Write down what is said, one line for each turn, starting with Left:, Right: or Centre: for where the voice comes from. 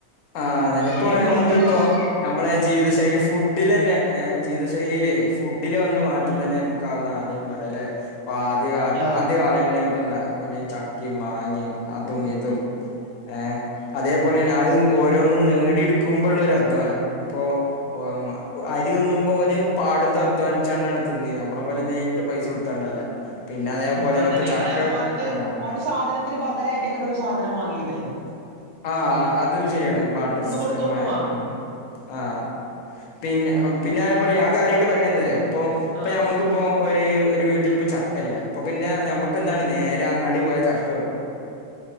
Left: ആഹ് അതന്നെ
Right: അതന്നെയാണ്
Left: ഇപ്പൊ നമ്മക്കിപ്പൊ
Right: മെയിനായിട്ട്
Left: നമ്മളെ ജീവിതശൈലി ഫുഡിലെന്നെ ഏഹ് ജീവിതശൈലിയിലേ ഫുഡില് വന്ന മാറ്റം
Right: ഉം
Left: തന്നെ നമ ക്കാവുന്ന ആദ്യം പറയലേ. ഇപ്പാദ്യ കാ
Right: ആഹ്
Left: ആദ്യ കാലങ്ങളിൽ പ്പന്താ ഓല് ചക്കിം മങ്ങി അതും ഇതും ഏഹ് അതേപോലെന്നെ അഹ് ഓരോന്നും നേടിയെടുക്കുമ്പള്ള ഒരു അധ്വാനം ഇപ്പൊ ഓഹ് മ അരി തിന്നുമ്പം ഓൽ പാടത്ത് അധ്വാനിച്ചാണ്ടാണ് തിന്നീന്യെ നമ്മളെ പോലെ നേരിട്ട് പൈസ കൊടുത്താണ്ടല്ല. പിന്നെ അതേപോലെന്നെ
Right: മ് അതന്നെ
Left: ഇപ്പൊ ചക്ക
Right: അതായത് ഓരോരുത്തര്
Left: ആഹ്
Right: ഓരോ സാധനത്തിന് ബദലായിട്ടേക്കാരം ഒരു സാധനം വാങ്ങിണ്ടായിന്നത്.
Left: ആഹ് ആഹ് അതും ശരിയാണ് ബാട്ടർ സിസ്റ്റം
Right: കൊടുത്ത് ഒന്ന് വാങ്ങ
Left: ഏഹ് ആഹ് പിന്നെ പിന്നെ അതേപോലെ ഞാൻ കാര്യായിട്ട് പറയണ എന്താ അറിയോ ഇപ്പം
Right: ആഹ്
Left: ഞമ്മക്കിപ്പം ഒര് ഒരു വീട്ടിലിപ്പം ചക്കല്ല അപ്പപിന്നെ നമക്ക് എന്താണ് നേരെ അങ്ങാടി പോയാ ചക്ക കിട്ടും.